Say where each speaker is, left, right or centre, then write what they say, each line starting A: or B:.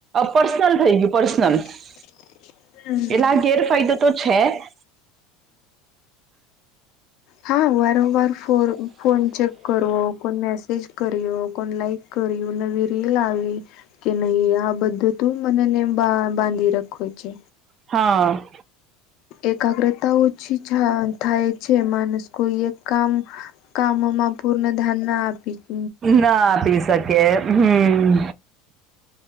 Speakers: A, on the right (about 30°); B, on the left (about 55°).
A: પર્સનલ થઈ ગયું પર્સનલ- -
B: <inaudible> હમ
A: એટલે આ ગેરફાયદો તો છે- -
B: હા વારંવાર ફો ફોન ચેક કરવો કોણ મેસેજ કર્યો કોણ લાઈક- - કરીઉ નવી રીલ આવી- - કે નહી આ બધું તું મનેને બા બાંધી રાખો છે.
A: હા.
B: એકાગ્રતા ઓછી થાય છે માણસ કોઈ એક કામ- - કામોમાં પૂર્ણ ધ્યાન ના આપી- -
A: ના આપી શકે હમ